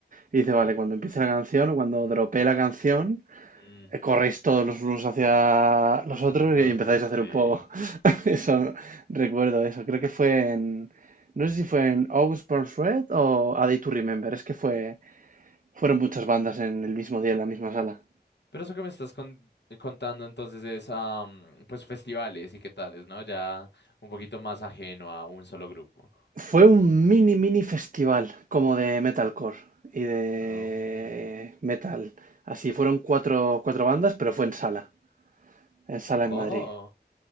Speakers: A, on the right (about 50°); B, on the left (about 80°).
A: y dice, vale, cuando empiece la canción o cuando dropee la canción,
B: Mm,
A: eh, corréis todos los unos hacia los
B: o sea,
A: otros
B: los otros,
A: y empezáis a hacer
B: sí.
A: un poco. <laughs> Eso, recuerdo eso. Creo que fue en, no sé si fue en August Burns Red o A Day to Remember. Es que fue, fueron muchas bandas en el mismo día, en la misma sala.
B: Pero eso que me estás con- eh, contando entonces es, am, pues, festivales y qué tales, ¿no? Ya un poquito más ajeno a un solo grupo.
A: Fue un mini mini festival como de metalcore y de
B: Ah, mm.
A: metal. Así fueron cuatro, cuatro bandas, pero fue en sala, en sala
B: oh.
A: en Madrid.